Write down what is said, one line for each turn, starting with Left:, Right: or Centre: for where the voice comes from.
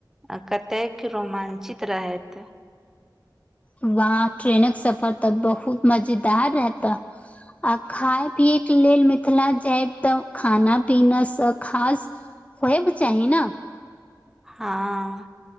Centre: अकत तैक रोमाञ्चित रहैत।
Left: वहाँ ट्रेनक सफर तऽ बहुत मजेदार रहतऽ। आ खाय पियैके लेल मिथिला जायब, तऽ खाना पीनासँ खास होएब चाही न?
Centre: हॉं।